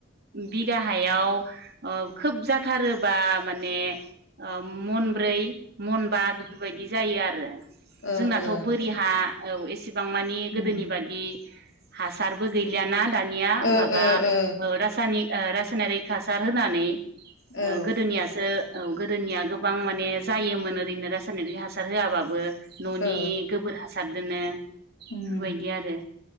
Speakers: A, on the right; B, on the left.
A: बिगा हायाव खोब जाथारोबा माने ओ मनब्रै मनबा बेफोरबायदि जायो आरो
B: औ ओ
A: जोंनाथ'
B: ओ
A: बोरि हा औ एस सेबां मानि
B: उम
A: गोदोनि बादि हासारबो गैलियाना दानिया
B: ओ
A: माबा
B: ओ ओ
A: रासायनिक ओ रासायनारिक हासार होनानै ओ
B: औ
A: गोदोनियासो औ गोदोनिया गोबां माने जायोमोन ओरैनो रासायनारि हासार होआबाबो न'नि
B: ओ
A: गोबोर हा सारदोनो बेफोरबायदि
B: उम
A: आरो